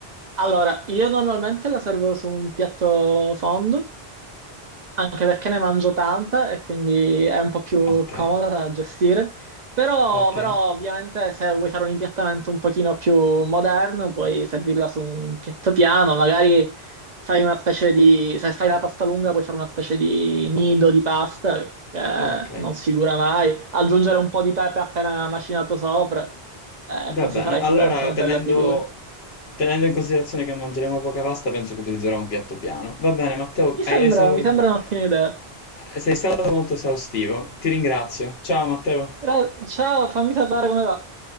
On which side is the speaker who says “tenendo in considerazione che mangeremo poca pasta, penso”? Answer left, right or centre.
Left